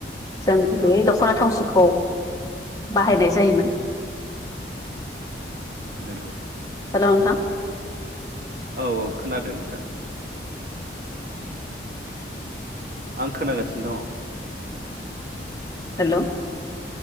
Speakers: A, on the left; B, on the right.
A: जों गैयै
B: औ
A: दख'ना थावसिखौ बाहायनाय जायोमोन
B: नंगौ।
A: हेल' नोंथां‌।
B: औ औ खोनादों नोंथां। आं खोनागासिनो दङ'।
A: हेल'।